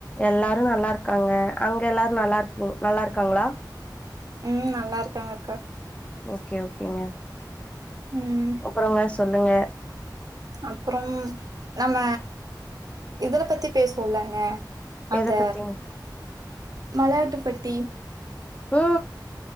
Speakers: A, on the left; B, on the right.
A: எல்லாரு நல்லாருக்காங்க அங்க எல்லாரு நல்லாருக்கீங் நல்லா இருக்காங்களா
B: ம் நல்லாருக்காங்க அக்கா
A: ஓகே ஓகேங்க
B: ம்.
A: அப்பறங்க சொல்லுங்க
B: அப்புறம் நம்ம இதுல பத்தி பேசுவோலங்க அந்த
A: எத பத்திங்
B: மல்லாட்டு பத்தி
A: ஓ